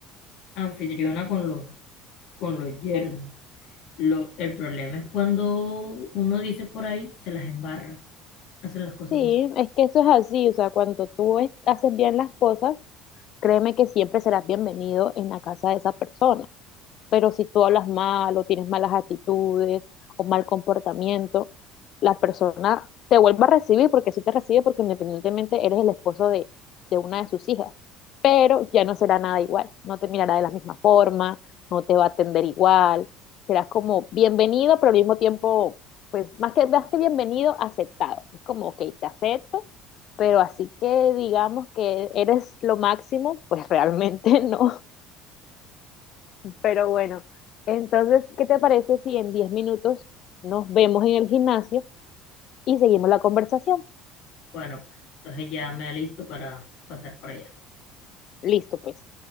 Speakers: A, on the left; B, on the left.
A: anfitriona con los, con los yernos. Lo, el problema es cuando uno dice por ahí, se las embarra, hace las cosas
B: Sí,
A: mal.
B: es que eso es así, o sea, cuando tú es- haces bien las cosas, Créeme que siempre serás bienvenido en la casa de esa persona. Pero si tú hablas mal o tienes malas actitudes o mal comportamiento, la persona te vuelve a recibir porque sí te recibe porque independientemente eres el esposo de, de una de sus hijas. Pero ya no será nada igual, no te mirará de la misma forma, no te va a atender igual, serás como bienvenido, pero al mismo tiempo, pues más que, más que bienvenido, aceptado. Es como, ok, te acepto, pero así que digamos que eres lo máximo, pues <laughs> realmente no. Pero bueno, entonces, ¿qué te parece si en 10 minutos nos vemos en el gimnasio y seguimos la conversación?
A: Bueno, pues entonces ya me alisto para pasar por allá.
B: Listo, pues.